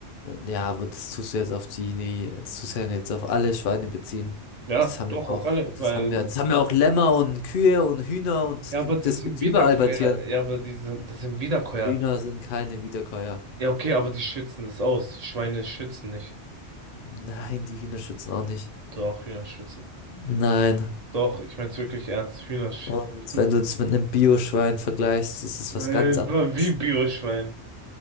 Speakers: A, on the left; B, on the right.
A: Ja, aber das tust du jetzt auf die, nee, das tust du ja jetzt auf alle Schweine beziehen.
B: Ja,
A: Das haben
B: doch,
A: wir auch,
B: auf alle,
A: das
B: weil
A: haben wir, das haben wir auch Lämmer und Kühe und Hühner und das,
B: Ja,
A: gibt-
B: aber die
A: das
B: sind
A: gibt's
B: Wiederkäuer.
A: überall bei Tieren.
B: Ja, aber die sind, das sind Wiederkäuer.
A: Hühner sind keine Wiederkäuer.
B: Ja, okay, aber die schützen das aus. Schweine schützen nicht.
A: Nein, die Hühner schützen auch nicht.
B: Doch, Hühner schützen.
A: Nein.
B: Doch, ich mein's wirklich ernst. Hühner schützen.
A: Und wenn du
B: <laughs>
A: das mit einem Bio-Schwein vergleichst, ist es
B: Äh,
A: was ganz anderes.
B: wie Bioschwein.